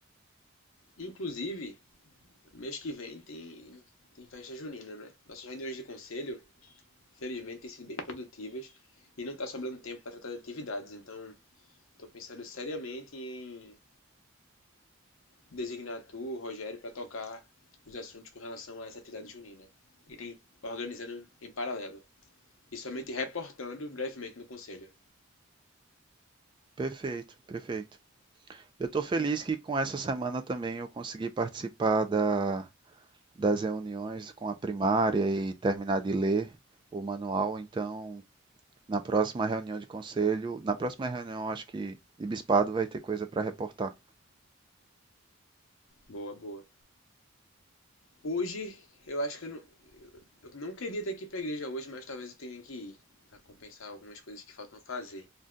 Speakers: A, on the left; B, on the right.
A: Inclusive, mês que vem tem, tem festa junina, né? Nossas reuniões de conselho, felizmente, têm sido bem produtivas e não está sobrando tempo para tratar de atividades. Então, estou pensando seriamente em designar tu, Rogério, para tocar os assuntos com relação a essa atividade junina. Irem organizando em paralelo e somente reportando brevemente no conselho.
B: Perfeito, perfeito. Eu estou feliz que com essa semana também eu consegui participar da- das reuniões com a primária e terminar de ler o manual. Então, na próxima reunião de conselho, na próxima reunião, acho que de bispado vai ter coisa para reportar.
A: Boa, boa. Hoje, eu acho que eu não, eu não queria ter que ir pra igreja hoje, mas talvez eu tenha que ir pra compensar algumas coisas que faltam fazer.